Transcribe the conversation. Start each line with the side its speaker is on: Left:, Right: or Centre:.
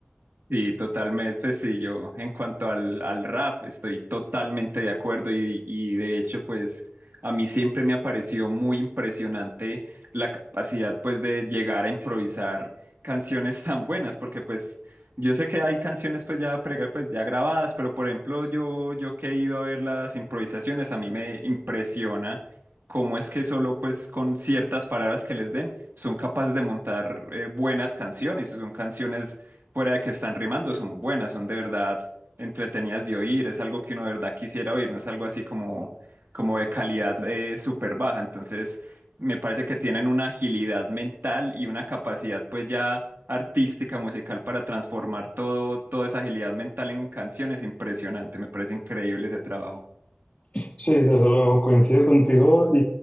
Right: Sí, totalmente, pues sí, yo en cuanto al, al rap estoy totalmente de acuerdo y, y de hecho pues a mí siempre me ha parecido muy impresionante la capacidad pues de llegar a improvisar canciones tan buenas porque pues yo sé que hay canciones pues ya, pre- pues, ya grabadas, pero por ejemplo yo, yo que he ido a ver las improvisaciones a mí me impresiona cómo es que solo pues con ciertas palabras que les den son capaces de montar eh, buenas canciones y son canciones fuera de que están rimando, son buenas, son de verdad entretenidas de oír, es algo que uno de verdad quisiera oír, no es algo así como, como de calidad eh, súper baja. Entonces, me parece que tienen una agilidad mental y una capacidad pues ya artística, musical para transformar todo, toda esa agilidad mental en canciones impresionante, me parece increíble ese trabajo.
Left: Sí, desde luego, coincido contigo y,